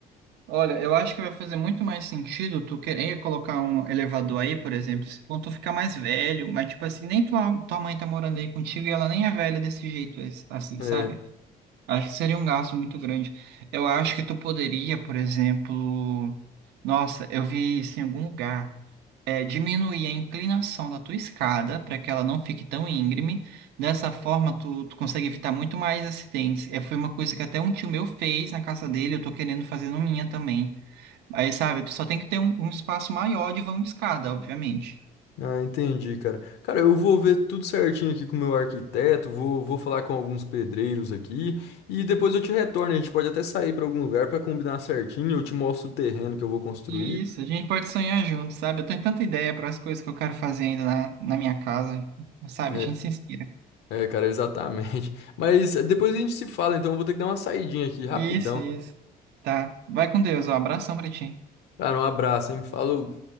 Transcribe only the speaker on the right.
Olha, eu acho que vai fazer muito mais sentido tu querer colocar um elevador aí, por exemplo, se- quando tu ficar mais velho, mas tipo assim, nem tua, tua mãe tá morando aí contigo e ela nem é velha desse jeito, es- assim,
sabe? Acho que seria um gasto muito grande. Eu acho que tu poderia, por exemplo, nossa, eu vi isso em algum lugar, é, diminuir a inclinação da tua escada para que ela não fique tão íngreme. Dessa forma, tu, tu consegue evitar muito mais acidentes. É, foi uma coisa que até um tio meu fez na casa dele, eu tô querendo fazer na minha também. Aí, sabe, tu só tem que ter um, um espaço maior de vão de escada, obviamente.
Isso, a gente pode sonhar junto, sabe? Eu tenho tanta ideia para as coisas que eu quero fazer ainda na, na minha casa, sabe?
A gente se inspira.
Isso, isso. Tá. Vai com Deus, ó. Abração pra ti.